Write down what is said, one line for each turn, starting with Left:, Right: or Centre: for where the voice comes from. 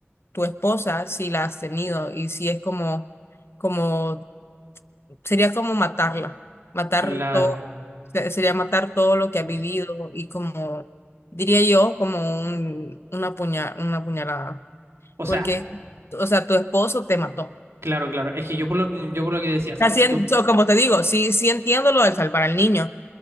Left: tu esposa si la has tenido y si es como, como, sería como matarla, matar
Right: claro.
Left: todo, se- sería matar todo lo que
Right: Uf.
Left: has vivido y como, diría yo, como un, una puña, una puñalada,
Right: O sea,
Left: porque, o sea, tu esposo te mató.
Right: claro, claro. Es que yo por lo, yo por lo que decía, o sea,
Left: Así,
Right: si
Left: en-
Right: tú,
Left: so, como te digo, sí, sí entiendo lo de salvar al niño,